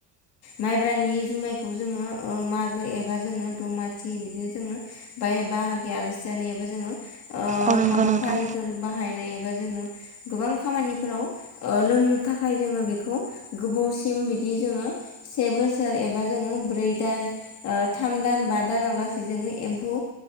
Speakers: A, on the left; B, on the right.
A: माइब्रानि जुमायखौ जोङो ओ मागो एबा जोङो दमासि बिदिनो जोङो बाय बाहागि आलासि जानाय एबा जोङो ओ
B: औ नंगौ
A: हाबाफारिफोर
B: नोंथां
A: बाहायनाय एबा जोङो गोबां खामानिफोराव ओ लोंनो थाखाय जोङो बेखौ गोबावसिम बिदि जोङो से बोसोर एबा जोङो ब्रै दान थाम दान बा दानावलासे जोङो एम्फौ